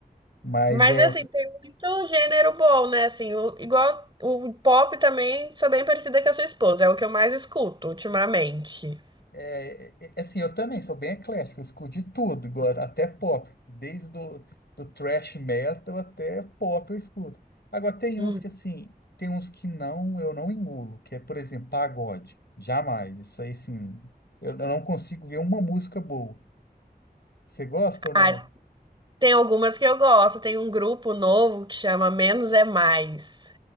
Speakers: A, on the left; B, on the right.
A: Mas
B: Mas
A: é,
B: assim, tem muito gênero bom, né? Assim, o- igual o pop também, sou bem parecida com a sua esposa, é o que eu mais escuto ultimamente.
A: É, é, é, assim, eu também sou bem eclético, eu escuto de tudo, agora, até pop, desde do, do thrash metal até pop eu escuto. Agora tem
B: Hum.
A: uns que assim, tem uns que não, eu não engulo, que é, por exemplo, pagode. Jamais, isso aí sim, eu, eu não consigo ver uma música boa. Você gosta ou não?
B: Ah, tem algumas que eu gosto, tem um grupo novo que chama Menos é Mais.